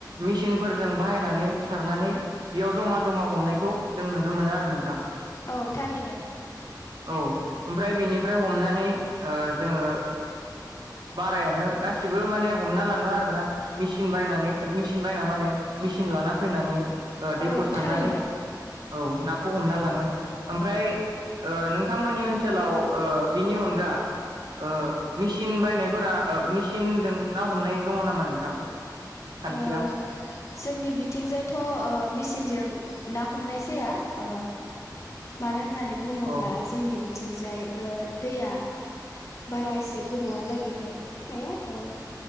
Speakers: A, on the right (about 75°); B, on the left (about 45°).
A: मेसिनफोरजों बाहायनानै सारनानै बेयाव जमा-जमा हमनायखौ जों नुनो मोनो आरो। नोंथां
B: औ थारैनो।
A: औ ओमफ्राय बिनिफ्राय हमनानै ओ जोङो बारायानो गासिबो माने हमना लाङो आरोना मेसिन बायनानै मेसिन बायना माने मेसिन लाना फैनानै ओ दैखौ
B: औ
A: सारनानै
B: थारैनो
A: औ ना खौ हमनालाङो ओमफ्राय ओ नों नोंथांमोननि ओनसोलाव ओ बिनि अनगा ओ
B: औ
A: मेसिन बायनायफोरा ओ मेसिनजों ना हमनाय दङ नामा नोंथां। खान्थिया
B: ओ जोंनि बिथिंजायथ'ओ मिसि सिनजों ना हमनाय जाया ओ मानो होननानै बुङोब्ला
A: औ
B: जोंनि थिंजाय ओ दैया बारा एसे गोबावहालागैहाय थाया ओ